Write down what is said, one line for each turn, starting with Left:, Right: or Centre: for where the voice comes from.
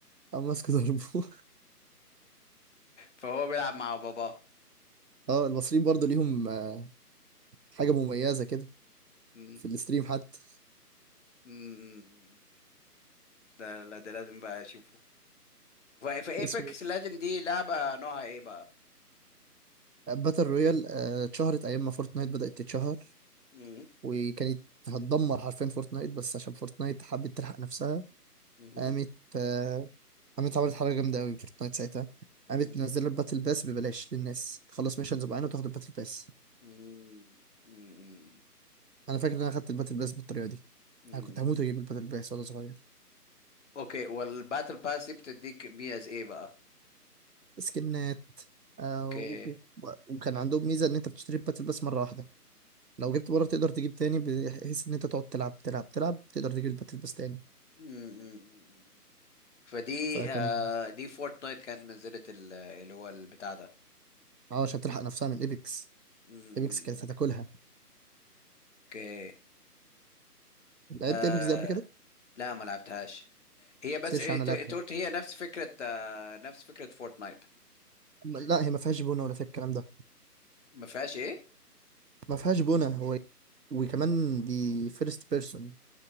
Right: قام ماسك ضربه <laughs>
Left: فهو بيلعب مع باباه
Right: اه المصريين برضو ليهم آه، حاجة مميزة كده
Left: مم.
Right: في الستريم حتى
Left: مم. ده لا ده لازم بقى اشوفه في ايبكس
Right: اسمه
Left: ليجند دي لعبه نوعها ايه بقى
Right: باتل رويال آه، اتشهرت ايام ما فورتنايت بدأت تتشهر
Left: مم.
Right: وكانت هتدمر حرفيا فورتنايت بس عشان فورتنايت حبت تلحق نفسها
Left: مم.
Right: قامت آه، قامت عملت حاجة جامدة أوي فورتنايت ساعتها
Left: مم.
Right: قامت منزلة الباتل باس ببلاش للناس تخلص ميشنز معينة وتاخد الباتل باس
Left: مم. مم.
Right: أنا فاكر إن أنا خدت الباتل باس بالطريقة دي
Left: مم.
Right: أنا كنت هموت وأجيب الباتل باس وأنا صغير
Left: اوكي والباتل باس دي بتديك بي از ايه بقى
Right: سكنات آه
Left: اوكي
Right: و- و- وكان عندهم ميزة إن أنت بتشتري الباتل باس مرة واحدة لو جبت مرة تقدر تجيب تاني بحيث إن أنت تقعد تلعب تلعب تلعب تقدر تجيب الباتل باس تاني
Left: مم. فدي
Right: فكان
Left: آه دي فورتنايت كانت نزلت ال- اللي هو البتاع ده
Right: اه عشان تلحق نفسها من إيبكس
Left: مم،
Right: إيبكس كانت هتاكلها
Left: اوكي
Right: لعبت
Left: آه
Right: ايبكس دي قبل كده
Left: لا ما لعبتهاش هي بس
Right: سيرش
Left: إيه،
Right: عنها
Left: ت-
Right: لعب
Left: انت
Right: حلو
Left: قلت هي نفس فكرة آه نفس فكرة فورتنايت
Right: م- لا هي ما فيهاش بونه ولا فيها الكلام ده
Left: ما فيهاش ايه
Right: ما فيهاش بونه هو وكمان دي فيرست بيرسون